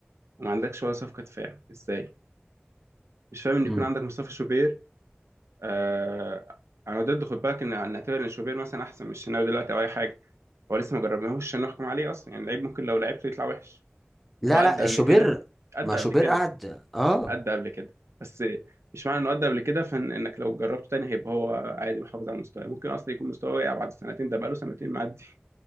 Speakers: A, on the right; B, in the centre.
A: وما عندكش ولا صفقة دفاع ازاي مش فاهم ان
B: مم.
A: يكون عندك مصطفى شوبير آه انا ضد خد بالك ان نعتبر ان شوبير مثلا احسن من الشناوي دلوقتي او اي حاجة هو لسه ما جربناهوش عشان نحكم عليه اصلا يعني لعيب ممكن لو لعبته يطلع وحش
B: لا
A: هو قد
B: لا
A: قبل
B: شوبير
A: كده قد
B: ما
A: قبل
B: شوبير
A: كده
B: قعد اه
A: قد قبل كده بس مش معنى انه قد قبل كده فان انك لو جربته تاني هيبقى هو عادي محافظ على المستوى ممكن اصلا يكون مستواه واقع بعد سنتين ده بقاله سنتين معدي